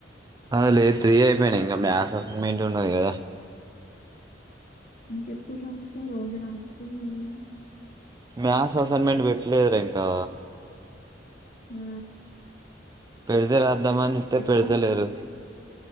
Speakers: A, on the right; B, on the left.
A: అ లేదు త్రీ అయిపోయినయి ఇంకా మ్యాక్స్ అసంగ ఏంటి ఉంటుంది కదా
B: ఇంకెప్పుడు రాస్తావు రోజు రాస్తునె మళు
A: మ్యాక్స్ అసైన్మెంట్ పెట్టలేద్రా ఇంకా
B: ఆ
A: పెడితె రా వద్దమనిట్టే
B: ఎప్పుడు
A: పెడితెలేరు